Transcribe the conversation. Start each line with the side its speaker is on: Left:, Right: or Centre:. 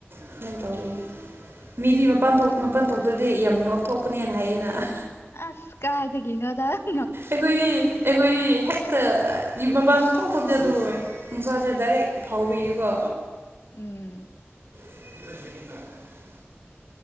Right: ꯗꯨꯃꯥꯏꯅ ꯇꯧꯕꯒꯤ ꯃꯤꯗꯤ ꯃꯄꯥꯟ ꯊꯣꯛ ꯃꯄꯥꯟ ꯊꯣꯛꯇ꯭ꯔꯥꯗꯤ ꯌꯥꯝ ꯉꯧꯊꯣꯛꯄꯅꯦꯅ ꯍꯥꯏꯌꯦꯅ ꯫
Left: ꯑꯁ ꯀꯥꯏꯗꯒꯤꯅꯣꯗ ꯫
Right: ꯑꯩꯈꯣꯏꯗꯤ ꯑꯩꯈꯣꯏꯗꯤ ꯍꯦꯛꯇ ꯃꯄꯥꯟ ꯁꯨꯛꯊꯣꯛ ꯊꯣꯛꯇꯦ ꯑꯗꯨꯕꯨ ꯅꯨꯡꯁꯥꯁꯦ ꯗꯥꯏꯔꯦꯛ ꯐꯥꯎꯕꯤꯒꯤꯀꯣ
Left: ꯎꯝ
Right: <unintelligible>